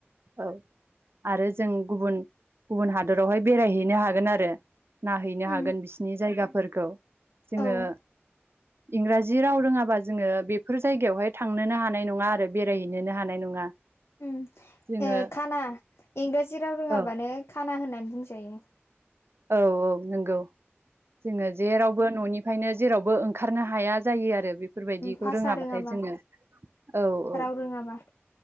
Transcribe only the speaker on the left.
औ
औ
उम
ओ खाना इंराजि राव रोङाबानो
खाना होननानै बुंजायो
भाषा
रोङाबा
राव रोङाबा